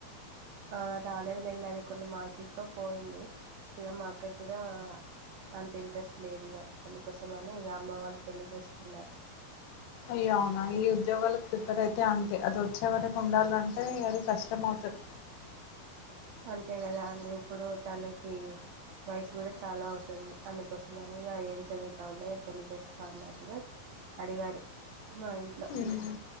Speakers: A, on the right; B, on the left.
A: ఆ రాలేదులేండి అది కొన్ని మార్కులతో పోయింది ఇక మా అక్క కి కూడా అంత ఇంట్రెస్ట్ లేదు ఇక పనికోసమనే ఇక అమ్మ వాళ్ళు పెళ్లి చేస్తున్నారు
B: అయ్య అవునా ఈ ఉద్యోగాలకు ప్రిపేర్ అయితే అంతే అది వచ్చే వర ఉండాలంటే అది కష్టం అవుతది
A: అంతే కదా అండి ఇప్పుడు తనకి వయసు కూడా చాలా అవుతుంది అందుకోసమని ఇక ఏం చదువుతా ఉండే పెళ్లి చేసుకో అన్నట్టుగా అడిగారు మా ఇంట్లో
B: ఉహు